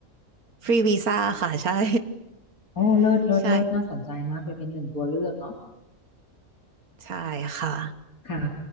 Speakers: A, on the right; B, on the left.
A: ฟรีวีซ่าค่ะใช่
B: โอ้เลิศเลิศเลิศน่าสนใจมากเลยเป็นหนึ่งตัวเลือกเนาะ
A: <laughs> ใช่ใช่ค่ะ
B: ค่ะ